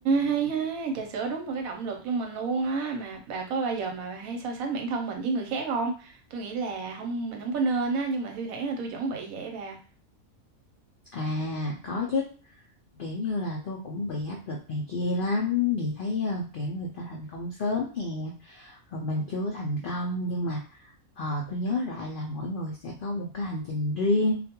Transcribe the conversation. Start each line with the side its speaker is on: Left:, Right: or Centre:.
Right: hay ha trà sữa đúng là cái động lực cho mình luôn á mà bà có bao giờ mà bà hay so sánh bản thân mình với người khác không tôi nghĩ là không mình không có nên á nhưng mà thi thoảng là tôi vẫn bị vậy á bà
Left: à có chứ kiểu như là tôi cũng bị áp lực này kia lắm vì thấy ờ, kiểu người ta thành công sớm nè rồi mình chưa thành công nhưng mà ờ, tôi nhớ lại là mỗi người sẽ có một cái hành trình riêng